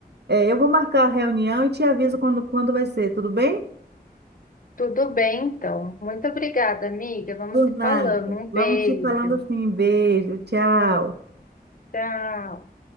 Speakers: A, on the right (about 85°); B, on the left (about 55°).
A: eh, eu vou marcar a reunião e te aviso quando quando vai ser, tudo bem?
B: Tudo bem, então. Muito obrigada, amiga. Vamos
A: Por
B: se
A: nada.
B: falando. Um beijo.
A: Vamos se falando assim. Beijo, tchau.
B: Tchau.